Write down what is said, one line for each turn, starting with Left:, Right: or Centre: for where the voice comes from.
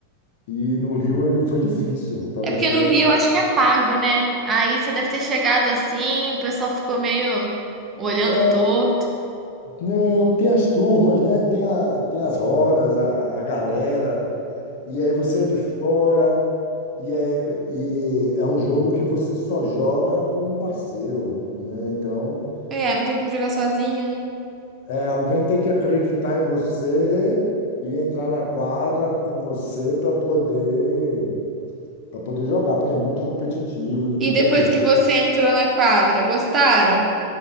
Left: E no Rio eh, foi difícil para
Right: É
Left: o
Right: porque
Left: projeto.
Right: no Rio eu acho que é pago, né? Aí você deve ter chegado assim, o pessoal ficou meio olhando
Left: É,
Right: torto.
Left: não, tem as turmas, né? Tem, a, tem as rodas, a, a galera, e aí você é de fora, e é, e é um jogo que você só joga com um parceiro, né? Então,
Right: É, não tem como jogar sozinho, né?
Left: É, alguém tem que acreditar em você e entrar na quadra com você para poder para poder jogar, porque é muito competitivo, ninguém
Right: E depois
Left: quer perder.
Right: que você entrou na quadra, gostaram?